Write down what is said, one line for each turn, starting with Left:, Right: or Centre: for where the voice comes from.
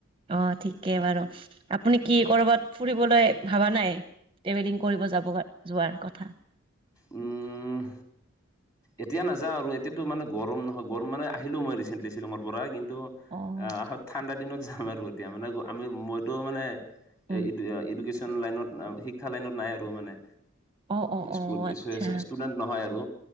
Right: অ' ঠিকে বাৰু আপুনি কি ক'ৰবাত ফুৰিবলৈ ভবা নাই। ট্ৰেভেলিং কৰিব যাব, যোৱাৰ কথা।
Left: উম। এতিয়া নাযাওঁ আৰু এতিয়াতো মানে গৰম নহয় গৰম মানে আহিলো মই ৰিচেণ্টলি শ্বিলঙৰ পৰা কিন্ তো
Right: অ',
Left: আহ ঠাণ্ডা দিনত যাম আৰু এতিয়া মানে আমি মইতো মানে
Right: উম,
Left: এ ইডুকেশ্যন লাইনত, শিক্ষা লাইনত নাই আৰু মানে।
Right: অ', অ'। অ',
Left: <unintelligible>
Right: আচ্ছা
Left: ষ্টুডেন্ট নহয় আৰু